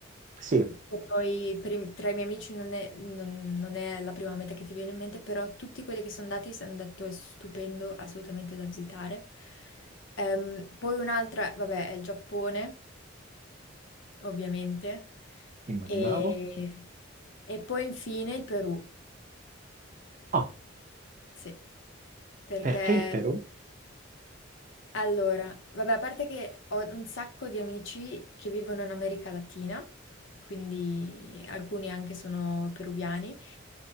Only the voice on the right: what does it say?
sì,
immaginavo.
Ah,
perché il Perù?